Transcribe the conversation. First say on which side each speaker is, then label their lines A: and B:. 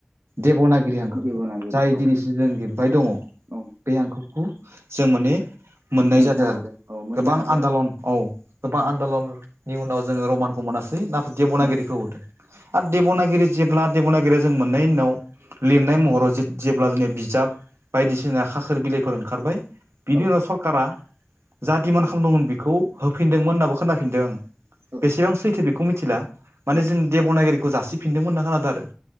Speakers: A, on the right; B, on the right.
A: देब'नागिरि हांखोखौ
B: जिबनागिरि
A: जाय
B: औ
A: दिनैसिम जों लिरबाय दङ
B: औ
A: बे हांखोखौ जों माने मोननाय
B: मोननो
A: जादों आरो
B: हाबाय औ मोननो
A: गोबां
B: हाबाय
A: आन्दलन औ गोबां आन्दलननि उनाव जोङो रमानखौ मोनासै नाथाय देब'नागिरिखौ
B: औ
A: आरो देब'नागिरि जेब्ला देब'नागिरिया जों मोननायनि उनाव लिरनाय महराव जे जेब्ला <unintelligible> बिजाब बायदिसिना खाखोर बिलाइफोर ओंखारबाय बिनि
B: औ
A: उनाव सरकारा जा डिमान्ड खालामदोंमोन बेखौ होफिनदोंमोन होनाबो खोनाफिनदों आं ।
B: औ
A: बेसेबां सैथो बेखौ मिथिला माने
B: औ
A: जों देब'नागिरिखौ जासिफिनदोंमोन होनना खोनादों आरो